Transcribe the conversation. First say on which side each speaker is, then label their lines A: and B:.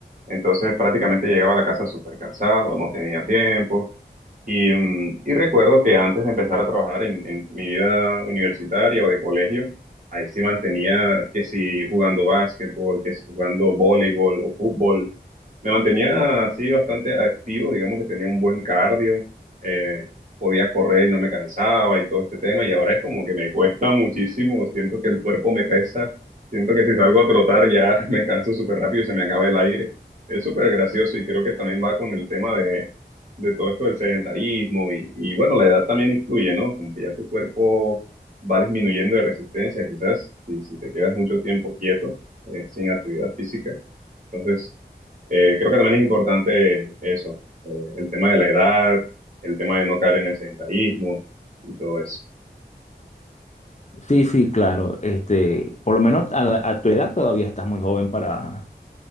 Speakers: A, on the right (about 50°); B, on the left (about 40°).
A: Entonces prácticamente llegaba a la casa súper cansado, no tenía tiempo. Y, mm, y recuerdo que antes de empezar a trabajar en, en mi vida universitaria o de colegio, ahí sí mantenía que si jugando básquetbol, que si jugando voleibol o fútbol, me mantenía así bastante activo, digamos que tenía un buen cardio, eh, podía correr y no me cansaba y todo este tema, y ahora es como que me cuesta <laughs> muchísimo, siento que el cuerpo me pesa, siento que si salgo a trotar ya <laughs> me canso súper rápido y se me acaba el aire. Es súper gracioso y creo que también va con el tema de de todo esto del sedentarismo y, y bueno, la edad también influye, ¿no? Como que ya tu cuerpo va disminuyendo de resistencia, quizás si, si te quedas mucho tiempo quieto, eh, sin actividad física. Entonces, eh, creo que también es importante eso, eh, el tema de la edad, el tema de no caer en el sedentarismo y todo eso.
B: Sí, sí, claro. Este, por lo menos a, la- a tu edad todavía estás muy joven para,